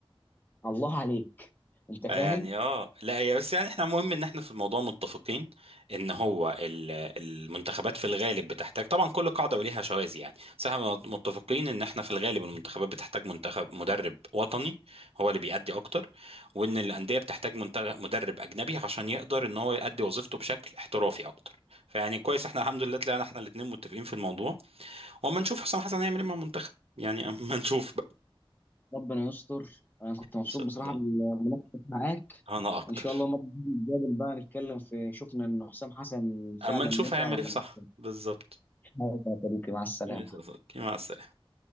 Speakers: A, on the left; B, on the right.
A: الله عليك انت فاهم
B: يعني اه لا هي بس يعني احنا مهم ان احنا في الموضوع متفقين ان هو ال- المنتخبات في الغالب بتحتاج طبعا كل قاعده وليها شواذ يعني بس احنا متفقين ان احنا في الغالب المنتخبات بتحتاج منتخب مدرب وطني هو اللي بيأدي اكتر وان الانديه بتحتاج منتخب مدرب اجنبي عشان يقدر ان هو يأدي وظيفته بشكل احترافي اكتر فيعني كويس احنا الحمد لله طلعنا احنا الاثنين متفقين في الموضوع واما نشوف حسام حسن هيعمل ايه مع المنتخب يعني اما نشوف بقى
A: ربنا يستر انا كنت مبسوط
B: ان شاء
A: بصراحه
B: الله
A: بالمناقشه معاك
B: انا اكتر
A: وان شاء الله مره تيجي نتقابل بقى نتكلم في شفنا ان حسام حسن فعلا
B: اما نشوف
A: نفع
B: هيعمل
A: ولا
B: ايه في صح
A: مش
B: بالظبط
A: نافع يا صديقي مع السلامه
B: يا صديقي مع السلامة